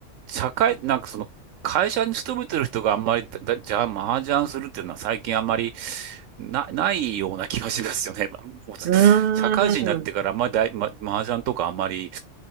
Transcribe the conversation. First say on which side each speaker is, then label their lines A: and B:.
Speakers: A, on the right; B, on the right.
A: 社会、なんかその、会社に勤めてる人があんまりだ、じゃあ、麻雀するっていうのは最近あんまりな、ないような気がしますよね。まあもうず社会人になってからあんまりだい、
B: うーん。
A: ま、麻雀とかあんまり